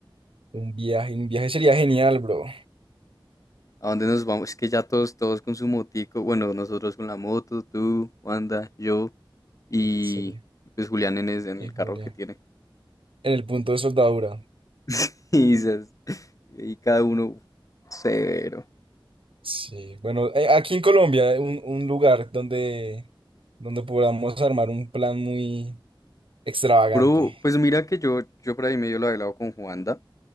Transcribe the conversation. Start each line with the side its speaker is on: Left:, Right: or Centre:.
Right: Un viaje, un viaje sería genial, bro.
Left: ¿A dónde nos vamos? Es que ya todos, todos con su motico. Bueno, nosotros con la moto, tú, Wanda, yo y
Right: Sería.
Left: y pues Julián en, es- en
Right: híjole.
Left: el carro que tiene.
Right: En el punto de soldadura.
Left: <laughs> Y, dices, y cada uno severo.
Right: Sí, bueno, eh, aquí en Colombia, eh, un, un lugar donde, donde podamos armar un plan muy extravagante.
Left: Bro, pues mira que yo, yo por ahí medio lo he hablado con Juanda,